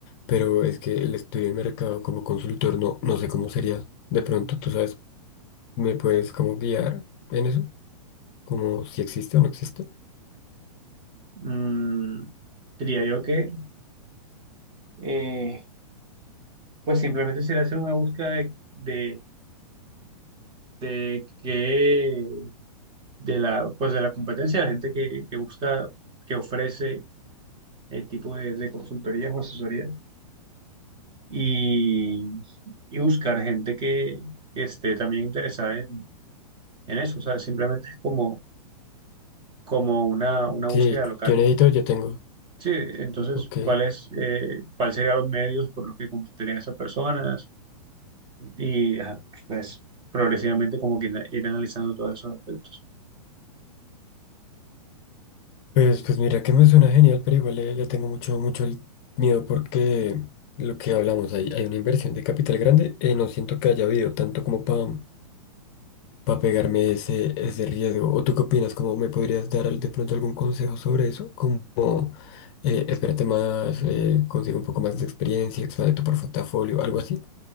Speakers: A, on the left; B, on the right.
A: pero es que el estudio de mercado como consultor no, no sé cómo sería. De pronto, tú sabes, ¿me puedes como guiar en eso? Como si existe o no existe.
B: Mm, diría yo que, eh, pues simplemente sería hacer una búsqueda de, de, de que de la, pues de la competencia, la gente que, que busca, que ofrece el tipo de, de consultorías o asesorías y, y buscar gente que, que esté también interesada en, en eso. O sea, simplemente es como, como una, una búsqueda
A: Sí,
B: local.
A: yo necesito, yo tengo.
B: Sí, entonces,
A: Ok.
B: ¿cuál es, eh, cuál serían los medios por los que contactarían a esas personas? Y ajá, pues progresivamente como que na- ir analizando todos esos aspectos.
A: Pues, pues mira que me suena genial, pero igual le, le tengo mucho, mucho el miedo porque lo que hablamos, hay, hay una inversión de capital grande, eh, no siento que haya habido tanto como para pegarme ese, ese riesgo. ¿O tú qué opinas? ¿Cómo me podrías dar al- de pronto algún consejo sobre eso? Como eh, espérate más, eh, consigue un poco más de experiencia, expande tu portafolio, algo así.